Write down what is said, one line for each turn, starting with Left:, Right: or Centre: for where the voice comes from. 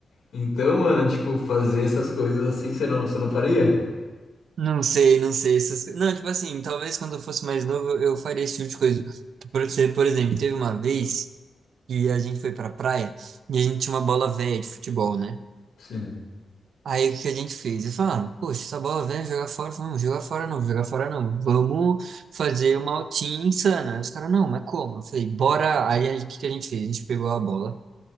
Left: Então, mano, tipo, fazer essas coisas assim, você não, você não faria?
Right: Não sei, não sei. Essas... co- Não, tipo assim, talvez quando eu fosse mais novo eu faria esse tipo de coisa. Por, ser- por exemplo, teve uma vez. E a gente foi pra praia e a gente tinha uma bola velha de futebol, né?
Left: Sim.
Right: Aí o que a gente fez? Eles falaram, poxa, essa bola velha, é jogar fora. Eu falei, não, jogar fora não, jogar fora não. Vamos fazer uma altinha insana. Aí Os caras, não, mas como? Eu falei, bora. Aí aí, o que que a gente fez? A gente pegou a bola,